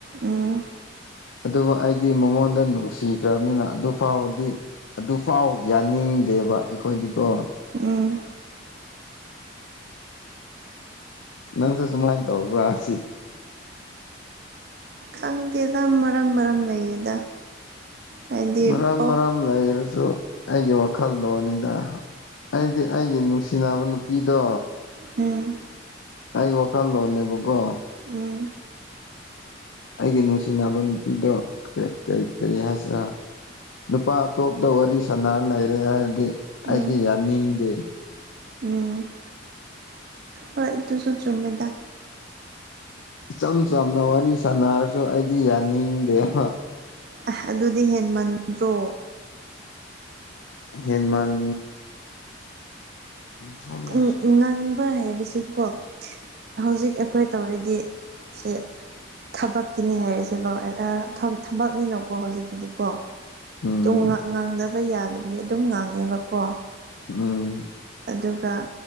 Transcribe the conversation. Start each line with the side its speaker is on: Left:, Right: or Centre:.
Right: ꯎꯝ
Left: ꯑꯗꯨꯕꯨ ꯑꯩꯗꯤ ꯃꯉꯣꯟꯗ ꯅꯨꯡꯁꯤꯈ꯭ꯔꯕꯅꯤꯅ ꯑꯗꯨ ꯐꯥꯎꯕꯗꯤ ꯑꯗꯨꯐꯥꯎ ꯌꯥꯅꯤꯡꯗꯦꯕ ꯑꯩꯈꯣꯏꯗꯤꯀꯣ
Right: ꯎꯝ
Left: ꯅꯪꯁꯨ ꯁꯨꯃꯥꯏꯅ ꯇꯧꯕ꯭ꯔꯥ ꯁꯤ
Right: ꯈꯪꯗꯦꯗ ꯃꯔꯝ ꯃꯔꯝ ꯂꯩꯌꯦꯗ ꯍꯥꯏꯗꯤ
Left: ꯃꯔꯝ
Right: ꯄꯣꯞ
Left: ꯃꯔꯥꯡ ꯂꯩꯔꯁꯨ ꯑꯩꯒꯤ ꯋꯥꯈꯜꯂꯣꯟꯅꯤꯗ ꯑꯩꯗꯤ ꯑꯩꯒꯤ ꯅꯨꯡꯁꯤꯅꯕ ꯅꯨꯄꯤꯗꯣ
Right: ꯎꯝ
Left: ꯑꯩꯒꯤ ꯋꯥꯈꯜꯂꯣꯟꯣꯟꯅꯦꯕꯀꯣ
Right: ꯎꯝ
Left: ꯑꯩꯒꯤ ꯅꯨꯡꯁꯤꯅꯕ ꯅꯨꯄꯤꯗꯣ ꯀꯔꯤ ꯀꯔꯤ ꯍꯥꯏꯁꯤꯔꯥ ꯅꯨꯄꯥ ꯑꯇꯣꯞꯇ ꯋꯥꯔꯤ ꯁꯅꯔ ꯂꯩꯔꯦ ꯍꯥꯏꯔꯗꯤ
Right: ꯎꯝ
Left: ꯑꯩꯗꯤ ꯌꯥꯅꯤꯡꯗꯦ
Right: ꯎꯝ ꯍꯣꯏ ꯑꯗꯨꯁꯨ ꯆꯨꯝꯃ‌ꯦꯗꯥꯥ
Left: ꯏꯆꯝ ꯆꯝꯅ ꯋꯥꯔꯤ ꯁꯥꯟꯅꯔꯁꯨ ꯑꯩꯗꯤ ꯌꯥꯅꯤꯡꯗꯦꯕ
Right: ꯑ ꯑꯗꯨꯗꯤ ꯍꯦꯟ ꯃꯟꯗ꯭ꯔꯣ
Left: ꯍꯦꯟꯃꯟ ꯈꯪꯗꯦ
Right: ꯎꯝ ꯉꯥꯡꯕ ꯍꯥꯏꯕꯁꯤꯀꯣ ꯍꯧꯖꯤꯛ ꯑꯩꯈꯣꯏ ꯇꯧꯔꯤꯗꯤ ꯁꯦ ꯊꯕꯛꯀꯤꯅꯦ ꯍꯥꯏꯔꯤꯁꯦꯕ ꯊꯕꯛꯅꯤꯅꯀꯣ ꯍꯧꯖꯤꯛꯀꯤꯗꯤꯀꯣ
Left: ꯎꯝ
Right: ꯉꯥ ꯉꯥꯡꯗꯕ ꯌꯥꯗꯕꯒꯤ ꯑꯗꯨꯝ ꯉꯥꯡꯉꯦꯕꯀꯣ
Left: ꯎꯝ
Right: ꯑꯗꯨꯒ